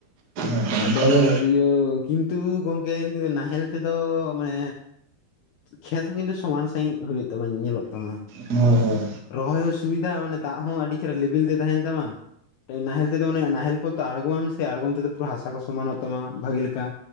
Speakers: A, on the right; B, on the left.
A: ᱚᱱᱠᱟ
B: ᱟᱫᱚ
A: ᱜᱮ
B: ᱤᱭᱟᱹ ᱠᱤᱱᱛᱩ ᱜᱚᱢᱠᱮ ᱱᱟᱦᱮᱞ ᱛᱮᱫᱚ ᱢᱟᱱᱮ ᱠᱷᱮᱛ ᱦᱚᱸ ᱠᱤᱱᱛᱩ ᱥᱚᱢᱟᱱ ᱥᱟᱹᱦᱤᱡ ᱦᱩᱭᱩᱜ ᱛᱟᱢᱟ ᱧᱮᱞᱚᱜ ᱛᱟᱢᱟ ᱾
A: ᱦᱳᱭ ᱦᱳᱭ᱾
B: ᱨᱚᱦᱚᱭ ᱦᱚᱸ ᱥᱩᱵᱤᱫᱷᱟ ᱢᱟᱱᱮ ᱫᱟᱜ ᱦᱚᱸ ᱟᱹᱰᱤ ᱪᱮᱨᱦᱟ ᱞᱮᱵᱮᱞ ᱛᱮ ᱛᱟᱦᱮᱱ ᱛᱟᱢᱟ, ᱱᱟᱦᱮᱞ ᱛᱮᱫᱚ ᱢᱟᱱᱮ ᱱᱟᱦᱮᱞ <unintelligible> ᱟᱬᱜᱚᱢ ᱟᱢ ᱥᱮ ᱟᱬᱜᱚᱢ ᱛᱮᱫᱚ ᱯᱩᱨᱟᱹ ᱦᱟᱥᱟ ᱠᱚ ᱥᱚᱢᱟᱱᱚᱜ ᱛᱟᱢᱟ ᱵᱷᱟᱜᱤ ᱞᱮᱠᱟ᱾